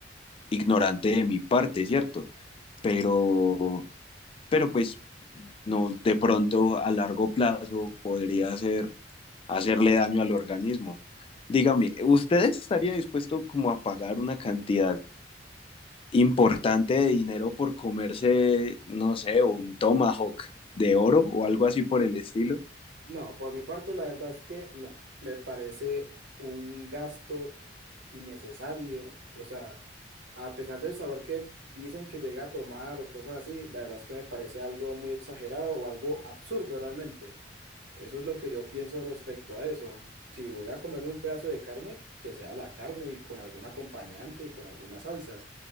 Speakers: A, on the left (about 30°); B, on the right (about 75°).
A: ignorante de mi parte, ¿cierto? Pero, pero pues no, de pronto a largo plazo podría hacer, hacerle daño al organismo. Dígame, ¿usted estaría dispuesto como a pagar una cantidad importante de dinero por comerse, no sé, un tomahawk de oro o algo así por el estilo?
B: No, por mi parte, la verdad es que no. Me parece un gasto innecesario. O sea... A pesar del sabor que dicen que llega a tomar o cosas así, la verdad es que me parece algo muy exagerado o algo absurdo realmente. Eso es lo que yo pienso respecto a eso. Si voy a comerme un pedazo de carne, que sea la carne y con algún acompañante y con algunas salsas,